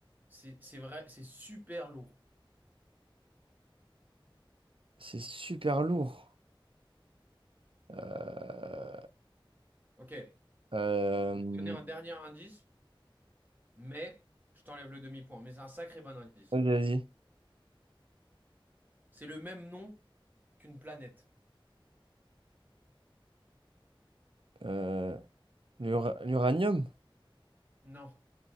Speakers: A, on the right; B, on the right.
A: C'est c'est vrai, c'est super lourd.
B: C'est super lourd. Euh,
A: Ok, je vais
B: euh,
A: te donner un dernier indice, mais je t'enlève le demi-point. Mais c'est un sacré bon indice.
B: vas-y, vas-y.
A: C'est le même nom qu'une planète.
B: Euh, l'ura- l'uranium?
A: Non.